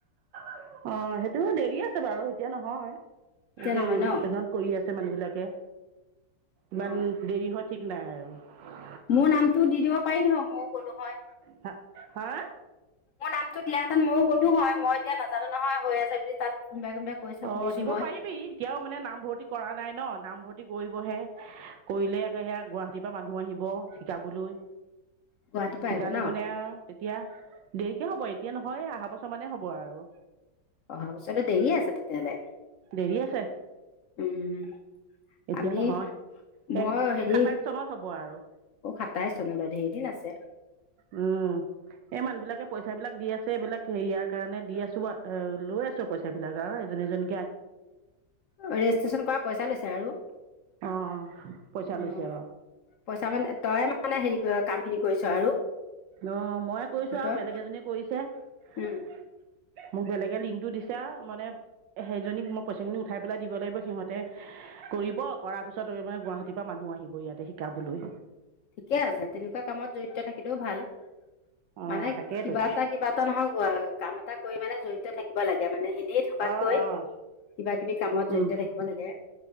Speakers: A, on the right; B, on the left.
A: অ সেইটো দেৰি আছে বাৰু এতিয়া নহয়। এতিয়া
B: নহয়
A: ৰেজিষ্ট্ৰেচন,
B: ন
A: কৰি আছে মানুহ বিলাক কে ইমান
B: অ
A: দেৰি হোৱা ঠিক নাই আৰু উ
B: মোৰ নামতো দি দিব পাৰিলে মইও গলো হয়।
A: হ হা
B: মোৰ নামটো দিয়া হাতত ময়ো গলো হয় মই এতিয়া নাজানো নহয় হৈ আছে বুলি তাত কোনোবাই। কোনোবাই কৈছে
A: অ
B: শুনিছো
A: দিব
B: মই
A: পাৰিবি এতিয়াও মানে নামভৰ্তি কৰা নাই ন নামভৰ্তি কৰিবহে কৰিলে <inaudible> ৰাতিপুৱা মানুহ আহিব শিকাবলৈ
B: গুৱাহাটীৰ পৰা
A: শিকালে
B: আহিব ন
A: মানে আৰু তেতিয়া দেৰিকে হ'ব এতিয়া নহয় আহা বছৰ মানে হ'ব পোৱা আৰু
B: অহা বছৰ দেৰি আছে তেতিয়াহ'লে
A: দেৰি আছে
B: উম
A: এতিয়া
B: আমি
A: নহয়
B: মই
A: এক
B: হেৰি
A: সাতাইছ চনত হ'ব আৰু
B: অ সাতাইশ চনলৈ ধেইদিন আছে
A: উম এই মানুহ বিলাকে পইচা বিলাক দি আছে এইবিলাক হেৰিয়াৰ কাৰণে দি আছো ব অ লৈ আছো পইচা বিলাক আৰু এজনীজনী
B: ৰেজিষ্ট্ৰেচন কৰা পইচা লৈছে আৰু
A: অ পইচা
B: অ
A: লৈছে
B: পইচা মানে তই মানে হেৰি কাম খিনি কৰিছ আৰু
A: অ মই কৰিছো
B: গোটৰ
A: আৰু বেলেগ এজনীয়ে কৰিছে
B: উম
A: মোক বেলেগে লিংকটো দিছা মানে সেইজনীক মই পইচা খিনি উঠাই পেলাই দিব লাগিব সিহঁতে কৰিব কৰাৰ পিছত মানে গুৱাহাটীৰ পৰা মানুহ আহিব ইয়াতে শিকাবলৈ
B: ঠিকে আছে, তেনেকোৱা কামত জৰিত থাকিলেও ভাল।
A: অ
B: মানে
A: তাকেইতো
B: কিবা এটা, এ কিবা এটা নহয় কাম এটা কৰি মানে জড়িত থাকিব লাগে, মানে এনেই থকাতকৈ
A: অ অ
B: কিবা- কিবি কামত জড়িত
A: উম
B: থাকিব লাগে